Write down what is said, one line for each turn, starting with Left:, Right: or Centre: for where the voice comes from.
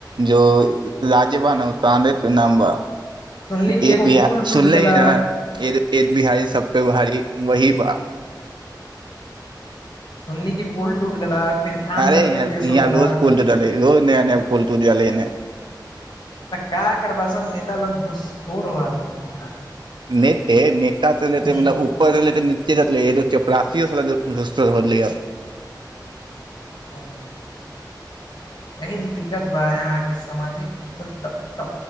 Right: जो राज्यभन ओ चाँदे त नाम बा
Left: सुनली कि
Right: एक
Left: एगो
Right: बिहा
Left: पुल टूट
Right: सुनले
Left: गेलक
Right: हई ना एद एक बिहारी सब बिहारी वही बा
Left: सुनली कि पुल टुट गेलक, फिर खान
Right: अरे
Left: सर
Right: य
Left: पे केस हो
Right: यहाँ
Left: गेलक
Right: रोज पुल टुटै लै लोज नया नया पुल टूट जाइ लई एन्ने।
Left: का करबा सब नेता लोग घुसखोर होअ अथि ना।
Right: हेरे हता देते
Left: ने
Right: त, ऊपर लेते नीचा इतै लेट चपरासी साला दोसर दे देलैन हँ।
Left: ह यही त दिक्कत बा यहाँके समाजिक त त त